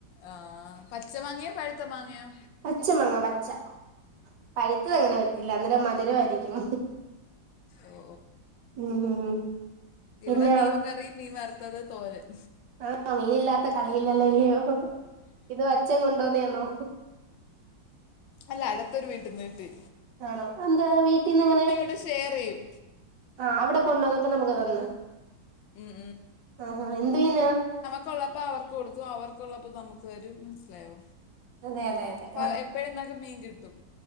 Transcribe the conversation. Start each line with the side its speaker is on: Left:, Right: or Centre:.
Left: ആഹ് പച്ച മാങ്ങയോ പഴ്ത്ത മാങ്ങയോ?
Right: പച്ചമങ്ങ പച്ച പഴ്ത്തത് അങ്ങനെ വെക്കില്ല അന്നേരം മധുരമായിരിക്കും.
Left: ഓ
Right: ഉം പിന്നെ
Left: ഇവ്ടെ മീൻ കറി, മീൻ വറ്ത്തത്, തോരൻ.
Right: ആഹ് മീനില്ലാത്ത കളിയില്ലല്ലോ ഇല്ല്യോ ഇത് അച്ഛൻ കൊണ്ടോന്ന്യെന്നോ?
Left: അല്ല അട്ത്തൊരു വീട്ടിന് കിട്ടി.
Right: ആണോ അന്താ വീട്ടീന്ന് ങ്ങനെ?
Left: ട് ഷെയറെയ്യും.
Right: ആഹ് അവടെ കൊണ്ടന്നപ്പോ നമക്ക് തന്ന
Left: ഉം
Right: ആഹ് ഹാ എന്ത് മീനാ?
Left: ക്കൊള്ളപ്പോ അവർക്ക് കൊടുക്കും അവർക്കൊള്ളപ്പോ നമക്ക് തരും മൻസ്സിലായോ?
Right: അതെ അതെ അതെ
Left: അപ്പൊ എപ്പഴുംന്നക്ക് മീൻ കിട്ടും.